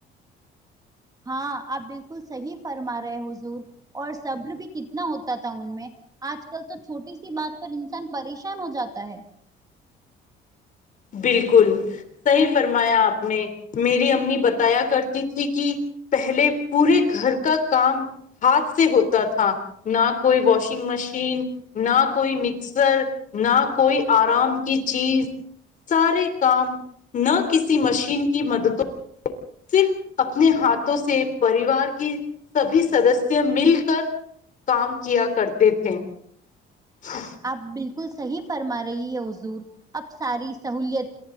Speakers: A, on the right (about 20°); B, on the left (about 40°).
A: ہاں آپ بالکل صحیح فرما رہے حضور اور صبر بھی کتنا ہوتا تھا ان میں آج کل تو چھوٹی سی بات پر انسان پریشان ہو جاتا ہے
B: بالکل صحیح فرمایا آپ نے میری امی بتایا کرتی تھی کہ پہلے پورے گھر کا کام ہاتھ سے ہوتا تھا نہ کوئی واشنگ مشین نہ کوئی مکسر نہ کوئی آرام کی چیز سارے کام نہ کسی مشین کی مددوں صرف اپنے ہاتھوں سے پریوار کی سبھی سدسیہ مل کر کام کیا کرتے تھے س
A: آپ بالکل صحیح فرما رہی ہے حضور اب ساری سہولت